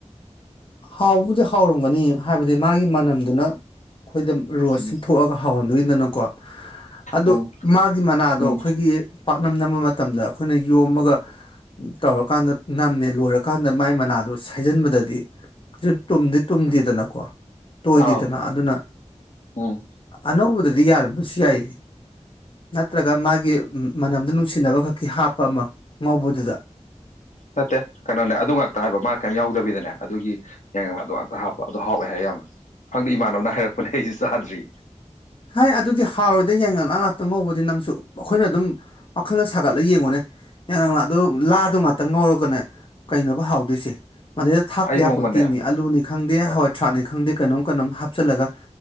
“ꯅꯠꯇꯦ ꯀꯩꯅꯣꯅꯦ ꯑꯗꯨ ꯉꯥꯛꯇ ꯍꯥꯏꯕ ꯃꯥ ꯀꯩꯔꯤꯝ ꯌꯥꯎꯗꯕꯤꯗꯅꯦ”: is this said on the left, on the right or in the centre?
Left